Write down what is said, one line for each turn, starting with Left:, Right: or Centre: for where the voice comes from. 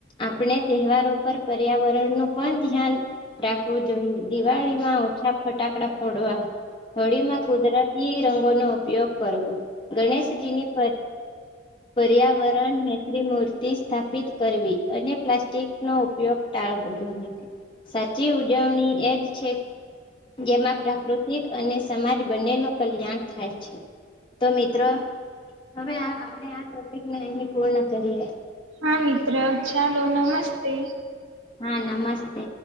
Left: આપણે તહેવારો પર પર્યાવરણ નું પણ ધ્યાન રાખવું જોઈએ. દિવાળીમાં ઓછા ફટાકડા ફોડવા હોળીમાં કુદરતી રંગો નો ઉપયોગ કરવો ગણેશજીની પર્યાવરણ ત્રિમૂર્તિ સ્થાપિત કરવી અને પ્લાસ્ટિક નો ઉપયોગ ટાળવો જોઈએ સાચી ઉજવણી એજ છે જેમાં પ્રાકૃતિક અને સમાજ બંને નુ કલ્યાણ થાય છે તો મિત્રો હવે આપણે આ ટોપિકને અહી પૂર્ણ કરીએ
Right: હા મિત્ર ચાલો નમસ્તે
Left: હા નમસ્તે